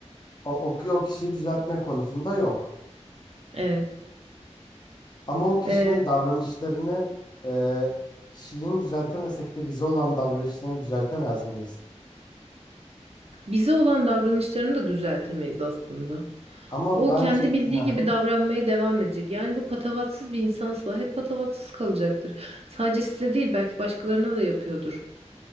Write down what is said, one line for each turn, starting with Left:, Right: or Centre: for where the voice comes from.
Left: o, o, o kişiyi düzeltme konusunda yok.
Right: Evet.
Left: Ama o kişinin
Right: E,
Left: davranışlarını e, kişiliğini düzeltemesek de bize olan davranışlarını düzeltemez miyiz?
Right: bize olan davranışlarını da düzeltemeyiz aslında.
Left: Ama
Right: O
Left: bence
Right: kendi bildiği
Left: Hı hı,
Right: gibi davranmaya devam edecek. Yani bu patavatsız bir insansa hep patavatsız kalacaktır. Sadece size değil belki başkalarına da yapıyordur.